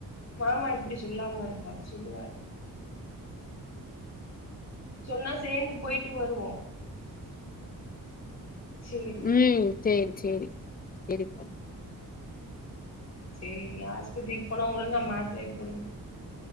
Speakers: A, on the left; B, on the left.
A: மாமா எப்படி சொல்லாம இருப்பாரு சொல்லுவாரு சொன்னா சேந்து போயிட் ட்டு வருவோ சேரி
B: உம் சரி சரி சரிப்பா
A: சரி ஆஸ்பத்திரி போனா ஒழுங்கா மாத்திரைய போடுங்க